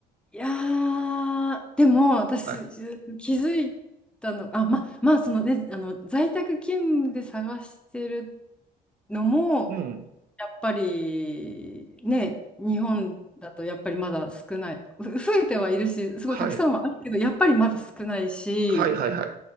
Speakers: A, in the centre; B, on the right.
A: いやー、でも私
B: はい。
A: 気づいたの、あ、ま、まあそのね、あの在宅勤務で探してるのも、
B: うん。
A: やっぱりね、日本だとやっぱりまだ少ない、ふ増えてはいるし、すごいたくさんはあるけど、
B: はい。
A: やっぱりまだ少ないし、
B: はいはいはい。